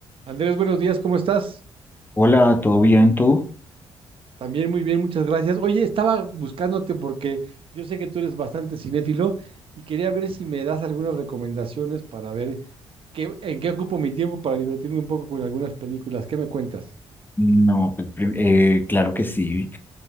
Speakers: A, on the right (about 50°); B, on the left (about 15°).
A: Andrés, buenos días, ¿cómo estás?
B: Hola, ¿todo bien tú?
A: También muy bien, muchas gracias. Oye, estaba buscándote porque yo sé que tú eres bastante cinéfilo y quería ver si me das algunas recomendaciones para ver qué, en qué ocupo mi tiempo para divertirme un poco con algunas películas. ¿Qué me cuentas?
B: No, pues, prim- eh, claro que sí,